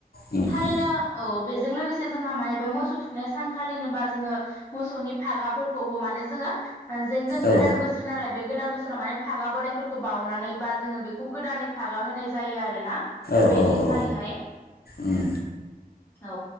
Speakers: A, on the left (about 80°); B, on the left (about 15°).
A: उम
B: थारैनो
A: उम
B: औ बेजों लोगोसे जोंहा माने बे मोसौ थुखैनाय सानखालिनो बा जोङो मोसौनि फागाफोरखौबो माने जोङो ओ जेन जों
A: औ
B: गोदान बोस सोर नालाय बे गोदान बोसोराव माने फागा बोरायफोरखौ बावनानै बा जोङो बेखौ गोदानै फागा होनाय जायो आरोना।
A: औ
B: बे
A: औ
B: दिनखालिहाय
A: औ उम
B: औ